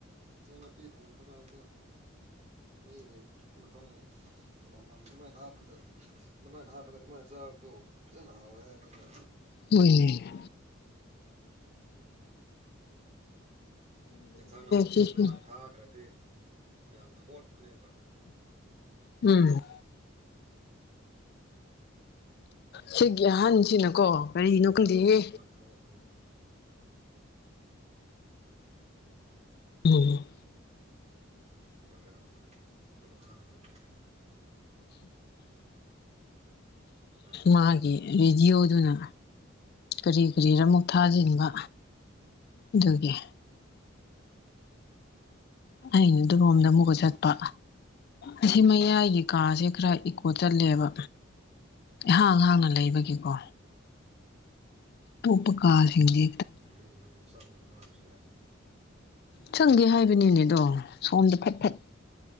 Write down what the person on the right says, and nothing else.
ꯍꯟꯖꯥꯡ ꯅꯥꯄꯤ ꯊꯣꯡꯕ ꯀꯥꯟꯗ ꯌꯦ ꯃꯇꯝ ꯑꯃꯃꯝ ꯑꯗꯨꯃꯥꯏꯅ ꯍꯥꯞꯄꯗ ꯑꯗꯨꯃꯥꯏꯅ ꯍꯥꯞꯄꯒ ꯑꯗꯨꯃꯥꯏꯅ ꯆꯥꯕꯗꯣ ꯐꯖꯅ ꯍꯥꯎꯋꯦ ꯍꯥꯏ ꯅꯣꯏꯅ
ꯌꯦꯟꯁꯥꯡ ꯅꯥꯄꯤꯗ
ꯑꯗꯨꯃꯥꯏꯅ ꯊꯥꯛꯈ꯭ꯔꯗꯤ ꯌꯥꯝ ꯊꯣꯠꯄꯅꯦꯕ
ꯃꯍꯥꯎ
ꯑꯃ ꯑꯗꯨꯃꯥꯏꯅ ꯊꯣꯛꯄꯅꯦꯕ
ꯀꯩꯗꯧꯔꯦ ꯑꯃꯨꯛꯀ ꯌꯨꯡ ꯍꯥꯜꯂꯒ ꯂꯩꯈ꯭ꯔꯥꯕ ꯑꯥ
ꯔꯤꯝ ꯂꯁ ꯋꯥꯍꯥꯔꯁ